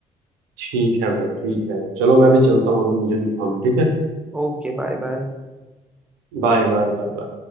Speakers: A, on the right; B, in the centre.
A: ठीक है भाई ठीक है चलो मैं भी चलता हूँ अभी मुझे भी काम है ठीक है
B: Okay bye bye
A: Bye bye bye bye